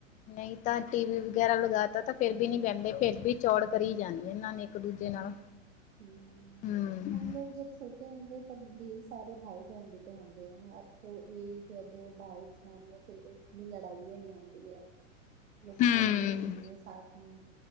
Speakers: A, on the left; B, on the right.
A: ਨਹੀਂ ਤਾਂ ਟੀ ਵੀ ਵਗੈਰਾ ਲਗਾ ਤਾ ਤਾਂ ਫਿਰ ਵੀ ਨੀ ਬਹਿੰਦੇ ਫਿਰਰ ਵੀ ਚੌੜ ਕਰੀ ਜਾਣੀ ਇਹਨਾਂ ਨੇ ਦੂਜੇ
B: ਹੂੰ-ਹੂੰ-ਹੂੰ,
A: ਨਾਲ। ਹੂੰ
B: ਹਮ ਲੋਕ ਜਬ ਛੋਟੇ ਠੇ ਹੁੰਦੇ ਤਬ ਢੇਰ ਸਾਰੇ ਭਾਈ ਬਹਿਣ ਵੀ ਹੁੰਦੇ ਹੈ ਅਬ ਇੱਕ ਜਾਂ ਦੋ ਭਾਈ ਬਹਿਨ ਨੇ ਫਿਰ ਦੀ ਲੜਾਈ-ਵਿਆਈ ਹੋਨਦੀ ਹੈ, ਲੋਕ
A: ਹੂੰ
B: ਖੇਡਦੇ ਹੀ ਨੇ ਸਾਥ ਮੇ